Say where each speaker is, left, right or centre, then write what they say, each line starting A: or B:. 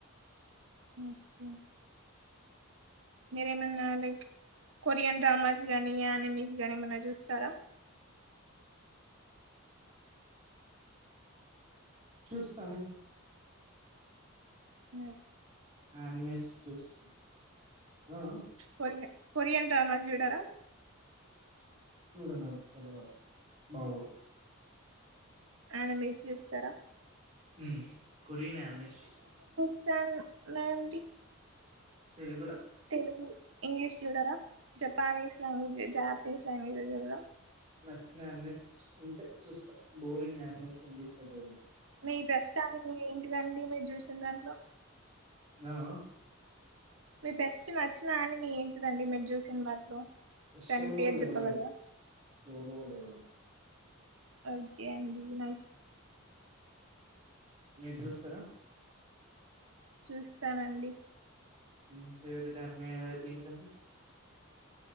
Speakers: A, on the right; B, on the right.
A: ఓకే మీరేమన్న లైక్ కొరియన్ డ్రామాస్ గాని యానిమిస్ గాని ఏమన్నా చూస్తారా
B: చూస్తాను
A: ఉమ్
B: ఆనిమేస్ చూస్తా ఆ ఆ
A: కొరియన్ కొరియన్ డ్రామాస్ చూడరా
B: చూడనది అస్సలు బాగోదు
A: ఆనమీ చూత్తారా
B: ఉమ్ కొరియన్ ఆనిమేస్ చూస్తా
A: సన్ నాటి
B: తెలుగుల
A: తెలుగు ఇంగ్లీష్ చూడరా Japanese language Japanese language లో చూడరా
B: చ్చిన ఆనిమీస్ ఉంటే చూస్తాం బోరింగ్ ఆనిమీస్ అంటే చూడను
A: మీ బెస్ట్ అని మీ ఏంటిదండి మీరు చూసిన దాంట్లో
B: ఆ ఆ
A: మీ బెస్ట్ నచ్చినాని మీ ఏంటిదండి మీరు చూసిన వాటిలో
B: సోలో
A: దాని పేరు
B: లెవెలింగ్
A: చెప్పగలరా
B: సోలో లెవెలింగ్
A: ఓకే అండి నైస్
B: మీరు చూస్తారా
A: చూస్తానండి
B: ఉ ఫేవరిట్ అనమే ఏంటిదండి